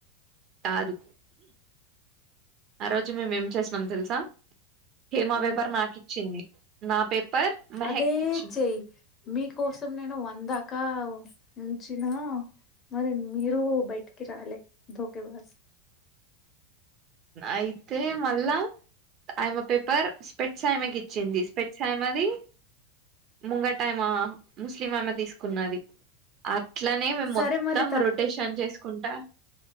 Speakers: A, on the right (about 30°); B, on the left (about 20°).
A: కాదు ఆ రోజు మేమ్ ఏం చేసినం తెలుసా హేమా పేపర్
B: ఉమ్
A: నాకు ఇచ్చింది నా పేపర్ మెహక్
B: అదే
A: ఇచ్చింది
B: చెయ్ మీకోసం నేను వందాకా ఉంచిన మరి మీరే బయటికి రాలే అందుకే ఒకే బాస్
A: అయితే మళ్ళా ఆమే పేపర్ స్పేట్స్ ఆమెకి ఇచ్చింది స్పేట్స్ ఆమెది ముంగటామ ముస్లిం ఆమె తీసుకున్నది ఆ అట్లనే మేము
B: సరే
A: మొత్తం
B: మరి
A: రొటేషన్షాట్ చేసుకుంటా